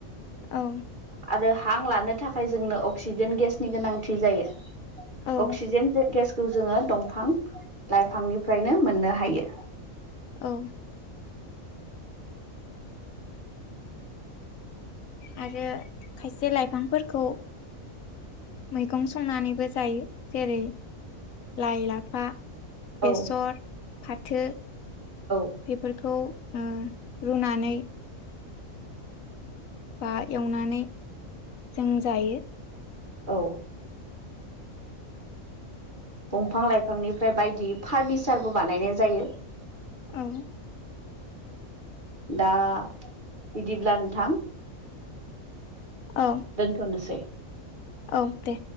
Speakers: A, on the left; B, on the right.
A: औ
B: आरो हां लानो थाखाय जोंनो अक्सिजेन गेसनि गोनांथि जायो
A: औ
B: अक्सिजेन गेसखौ जोङो दंफां लाइफांनिफ्रायनो मोननो हायो
A: औ आरो खायसे लाइफांफोरखौ मैगं संनानैबो जायो जेरै लाइ लाफा बेसर
B: औ
A: फाथो
B: औ
A: बेफोरखौ उम रुनानै बा एवनानै जों जायो।
B: औ दंफां लाइफांनिफ्राय बायदि फारनिचारबो बानायनाय जायो।
A: उम
B: दा बिदिब्ला नोंथां
A: औ
B: दोनथ'नोसै
A: औ दे